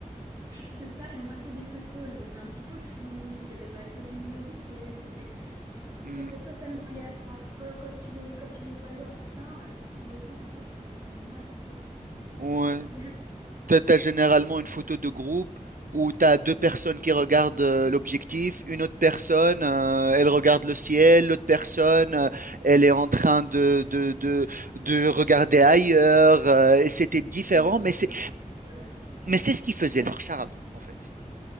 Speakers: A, on the right; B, on the right.
A: C'est ça, et la moitié des photos, elles étaient un petit peu floues, il n'y avait pas assez de luminosité, c'était
B: Hmm,
A: c'était totalement aléatoire. Quand, quand tu les, quand tu les voyais enfin, euh, tu te rendais compte en fait que tu avais pris n'importe quoi en photo.
B: ouais.
A: C'était génial.
B: T'as t'as généralement une photo de groupe où t'as deux personnes qui regardent euh, l'objectif, une autre personne, euh, elle regarde le ciel, l'autre personne, euh, elle est en train de, de, de, de regarder ailleurs, euh, et c'était différent,
A: <laughs> Les yeux
B: mais c'est,
A: fermés. Ouais, ouais.
B: mais c'est ce qui faisait leur charme, en fait.